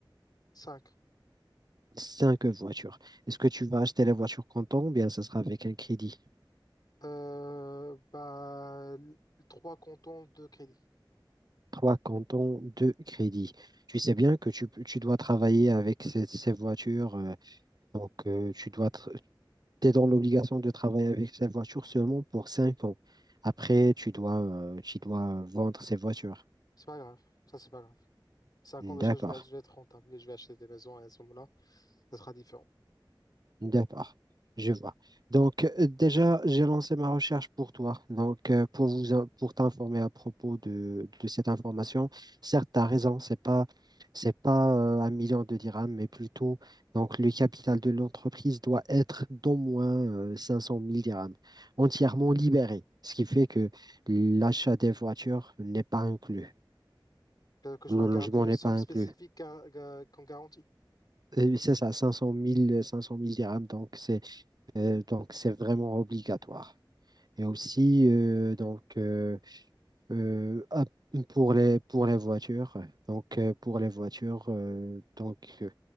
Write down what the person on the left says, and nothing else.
cinq
Euh, bah, l- 3 cantons de crédit.
C'est pas grave. Ça, c'est pas grave. Cinq
ans déjà, je vais, je vais être rentable et je vais acheter des maisons et à ce moment-là, ça sera différent.
Que, que je
dois garder
une
somme
spécifique gar- ga- qu'on garantit.